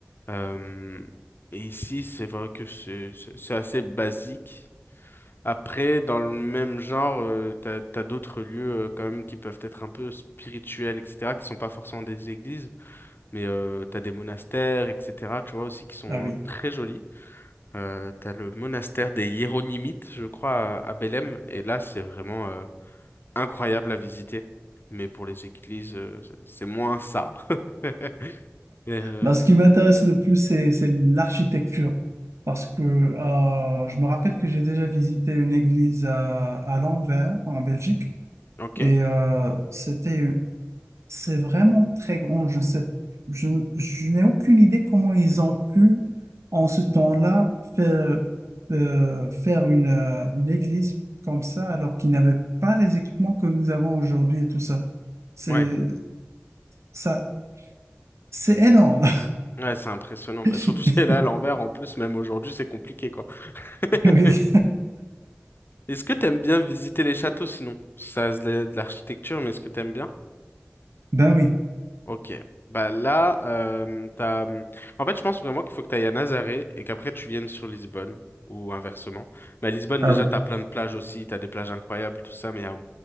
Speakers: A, on the left; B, on the right.
A: Euh, et ici, c'est vrai que c'est c'est- c'est assez basique. Après, dans le même genre, euh, t'as, t'as d'autres lieux, euh, quand même qui peuvent être un peu spirituels, etc., qui sont pas forcément des églises. Mais euh, t'as des monastères, etc. Tu vois aussi qui sont
B: Ah oui.
A: euh, très jolis. Euh, t'as le monastère des Hiéronymites, je crois, à, à Belém. Et là, c'est vraiment euh, incroyable à visiter. Mais pour les églises, euh, c'est c'est moins ça. <laughs> Euh,
B: Ben, ce qui m'intéresse le plus, c'est, c'est l'architecture. Parce que euh, je me rappelle que j'ai déjà visité une église à, à Lanvers, en Belgique.
A: ok.
B: Et euh, c'était C'est vraiment très grand. Je sais, je, je n'ai aucune idée comment ils ont pu, en ce temps-là, faire, euh, faire une, euh, une église comme ça, alors qu'ils n'avaient pas les équipements que nous avons aujourd'hui et tout ça. C'est,
A: Ouais.
B: ça, c'est énorme.
A: Ouais, c'est impressionnant.
B: <laughs>
A: Bah, surtout celle-là à l'envers, en plus, même aujourd'hui, c'est compliqué, quoi. <laughs>
B: Oui.
A: Est-ce que t'aimes bien visiter les châteaux, sinon? Ça, c'est de l'architecture, mais est-ce que t'aimes bien?
B: Ben oui.
A: Ok. Bah là, euh, t'as... mmh, En fait, je pense vraiment qu'il faut que tu ailles à Nazaré et qu'après tu viennes sur Lisbonne ou inversement. Mais à Lisbonne,
B: Ah
A: déjà,
B: oui.
A: t'as plein de plages aussi, t'as des plages incroyables, tout ça, mais euh,